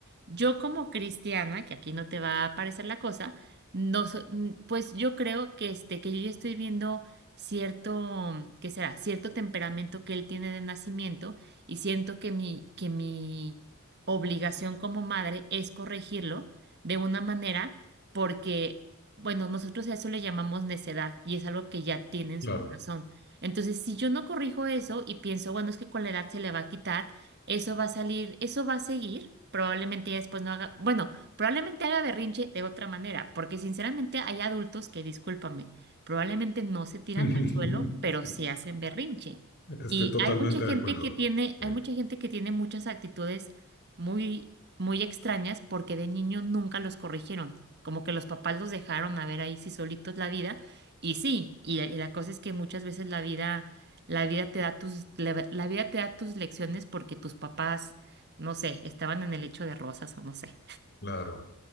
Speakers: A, on the right; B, on the left.
A: yo como cristiana, que aquí no te va a parecer la cosa, no, so- mm, pues yo creo que este, que yo ya estoy viendo cierto, ¿qué será? Cierto temperamento que él tiene de nacimiento y siento que mi, que mi obligación como madre es corregirlo de una manera porque, bueno, nosotros a eso le llamamos necedad y es algo que ya tiene en
B: claro.
A: su corazón. Entonces, si yo no corrijo eso y pienso, bueno, es que con la edad se le va a quitar, eso va a salir, eso va a seguir. Probablemente ya después no haga, bueno, probablemente haga berrinche de otra manera, porque sinceramente hay adultos que, discúlpame, probablemente no se tiran
B: <laughs>
A: al suelo, pero sí hacen berrinche.
B: Estoy
A: Y
B: totalmente
A: hay mucha gente
B: de acuerdo.
A: que tiene,
B: Sí,
A: hay mucha gente que tiene muchas actitudes muy, muy extrañas porque de niño nunca los corrigieron, como que los papás los dejaron a ver ahí sí solitos la vida y sí, y, y la cosa es que muchas veces la vida, la vida te da tus, la, la vida te da tus lecciones porque tus papás, no sé, estaban en el lecho de rosas o no sé.
B: claro.